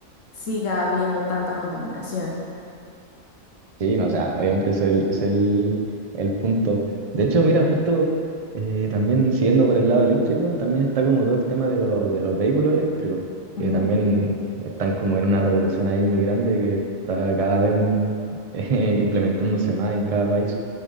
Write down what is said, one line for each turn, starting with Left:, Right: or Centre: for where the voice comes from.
Left: siga habiendo tanta contaminación.
Right: Sí, no, o sea, obviamente es el, es el, el punto. De hecho, mira, justo eh, también siguiendo por el lado eléctrico, también está como todo el tema de, lo de los vehículos eléctricos, que
Left: Ujú,
Right: también están como en una revolución ahí muy grande que está cada vez mm, <laughs> eh, implementándose más en cada país,